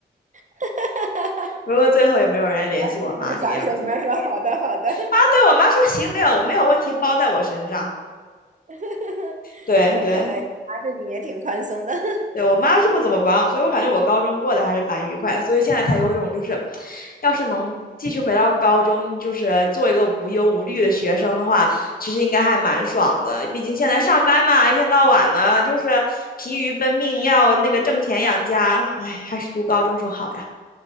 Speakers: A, on the right (about 40°); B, on the left (about 50°).
A: <laughs>，
B: 不过最后也没有人联系我妈这个样子。
A: 哎，你们咋说？你们说好的，好的，
B: 啊，对我妈说行，没有没有问题，包在我身上。
A: <laughs>
B: 对对，
A: 那看来拿着你也挺宽松的，<laughs>
B: 对我妈是不怎么管我，所以我感觉我高中过得还是蛮愉快的。所以现在她有一种就是，要是能继续回到高中，就是做一个无忧无虑的学生的话，其实应该还蛮爽的。毕竟现在上班嘛，一天到晚的，就是疲于奔命，要那个挣钱养家。唉，还是读高中时候好呀。